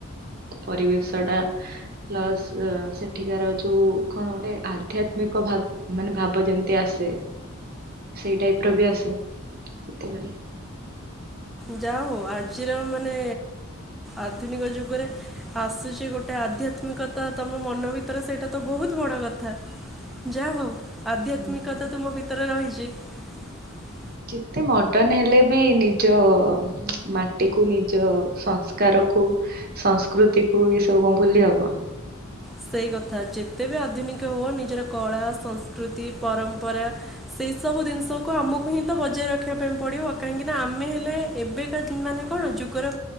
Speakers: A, on the right; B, in the centre.
A: ପରିବେଶ ଟା ପ୍ଲସ୍ ସେଠିକାର ଯୋଉ କଣ ଗୋଟେ ଆଧ୍ୟାତ୍ମିକ ଭା ଭାବ ମାନେ ଭାବ ଯେମତି ଆସେ ସେଇ ଟାଇପର ବି ଆସେ ସେଥିପାଇଁ
B: ଯା ହଉ ଆଜିର ମାନେ ଆଧୁନିକ ଯୁଗରେ ଆସୁଛି ଗୋଟେ ଆଧ୍ୟାତ୍ମିକତା ତମ ମନ ଭିତରେ ସେଇଟା ତ ବହୁତ ବଡ କଥା ଯା ହଉ ଆଧ୍ୟାତ୍ମିକତା
A: ହୁଁ।
B: ତୁମ ଭିତରେ ରହିଚି। <inaudible>
A: ଯେତେ ମଡର୍ଣ୍ଣ ହେଲେ ବି ନିଜ ମାଟି କୁ ନିଜ ସଂସ୍କାର କୁ ସଂସ୍କୃତି କୁ ଏସବୁ କଣ ଭୁଲି ହବ।
B: ସେଇ କଥା ଯେତେ ବି ଆଧୁନିକ ହୁଅ ନିଜର କଳା, ସଂସ୍କୃତି, ପରମ୍ପରା ସେଇସବୁ ଜିନିଷକୁ ଆମକୁ ହିଁ ତ ବଜାୟ ରଖିବା ପାଇଁ ପଡିବ କାହିଁକି ନା ଆମେ ହେଲେ ଏବେକା ମାନେ କଣ ଯୁଗର